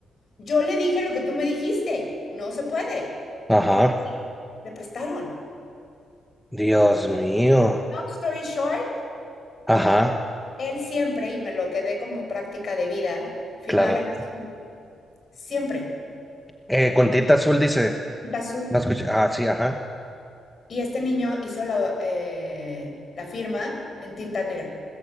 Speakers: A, on the left; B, in the centre.
A: Yo le dije lo que tú me dijiste. No se puede.
B: Ajá.
A: Mejor le prestaron.
B: Dios mío.
A: Long story short,
B: Ajá,
A: él siempre, y me lo quedé como práctica de vida, firmaba
B: claro.
A: en azul. Siempre,
B: Eh, con tinta azul dice.
A: tinta azul.
B: No escuché. Ah, sí, ajá.
A: Y este niño hizo la, eh, la firma en tinta negra.